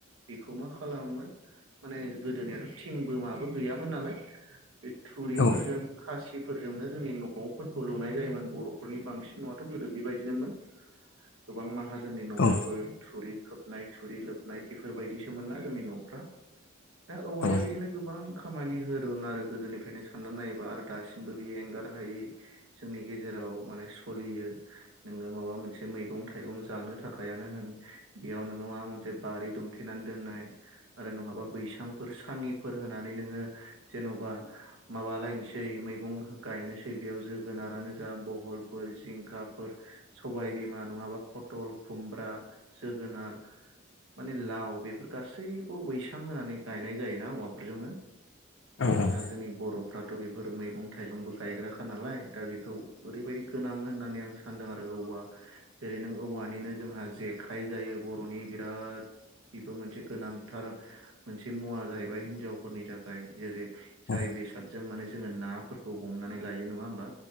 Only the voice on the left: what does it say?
औ
औ
औ
औ
औ